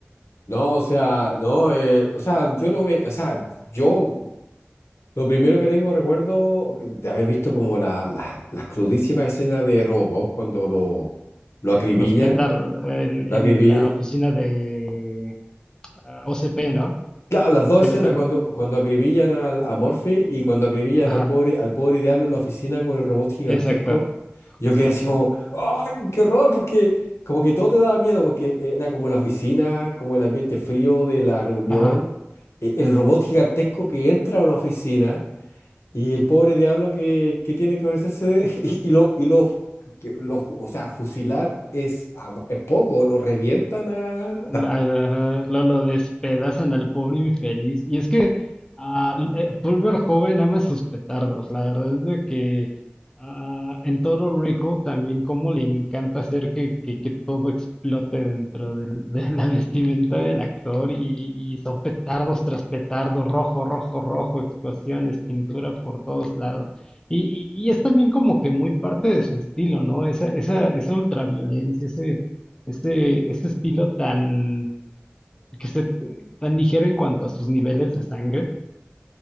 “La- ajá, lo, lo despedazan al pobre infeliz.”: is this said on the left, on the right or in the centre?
Left